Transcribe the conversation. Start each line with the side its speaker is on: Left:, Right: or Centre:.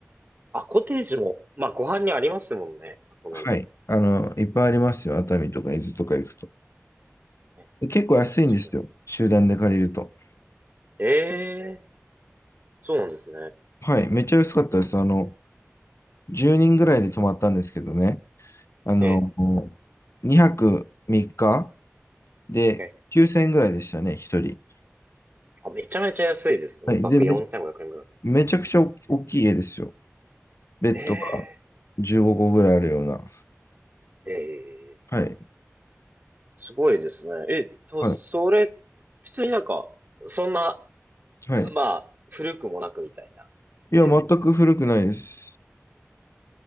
Right: あ、コテージも、まあ、ご飯にありますもんね。箱根の。
Left: はい。あの、いっぱいありますよ。熱海とか伊豆とか行くと。
Right: ね、
Left: で結構安いんですよ。
Right: 確か
Left: 集団で借りると。
Right: に。ええそうなんですね。
Left: はい。めっちゃ安かったです。あの、10人ぐらいで泊まったんですけどね。あの、
Right: ええ。
Left: 2泊3日で9000円ぐらいでしたね、
Right: ええ
Left: 1人。
Right: あ、めちゃめちゃ安いですね。
Left: はい。
Right: 一泊4500円ぐらい。
Left: で、め、めちゃくちゃ大きい家ですよ。ベッドが
Right: え
Left: 15個ぐらいあるような。
Right: え、ええ、
Left: はい。
Right: すごいですね。え、と、
Left: はい。
Right: それ、普通になんか、そんな、
Left: はい。
Right: まあ、古くもなくみたいな設備。
Left: いや、全く古くないです。